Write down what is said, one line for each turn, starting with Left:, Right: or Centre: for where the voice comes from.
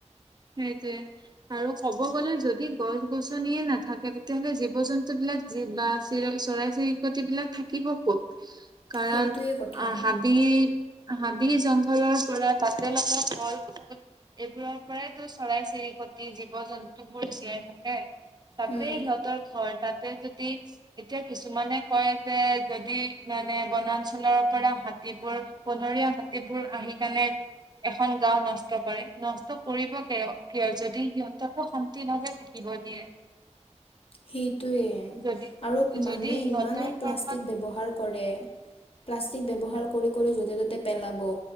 Right: সেইটোৱে আৰু ক'ব গ'লে যদি গছ গছনি নিয়ে নাথাকে তেতিয়াাহ'লে জীৱ জন্তু বিলাক বা চি চৰাই চিৰিকট বিলাক থাকিব ক'ত। কাৰণ
Left: সেইটোৱে কথা
Right: হাবি হাবি জংঘলৰ পৰা তাতে লগা ফল ফুল এইবোৰৰ। পৰাইটো চৰাই চিৰিকটি জীৱ জন্তু বোৰ জীয়াই থাকে। তাতে
Left: উম।
Right: সিহঁতৰ ঘৰ তাত। এতিয়া যদি এতিয়া কিছুমানে কয় যে, যদি মানে বনাঞ্চলৰ পৰা হাত হাতীবোৰ বনৰীয়া হাতীবোৰ আহি কেনে এখন গাওঁ নষ্ট কৰে নষ্ট কৰিব কিয় কিয় যদি সিহঁতকো শান্তিভাৱে থাকিব দিয়ে।
Left: সেইটোয়ে
Right: যদি
Left: আৰু
Right: যদি
Left: মানুহে
Right: সিহঁতৰ
Left: ইমানে
Right: ঘৰখন
Left: প্লাষ্টিক ব্যৱহাৰ কৰে। প্লাষ্টিক
Right: উম
Left: ব্যৱহাৰ কৰি কৰি য'তে ত'তে পেলাব।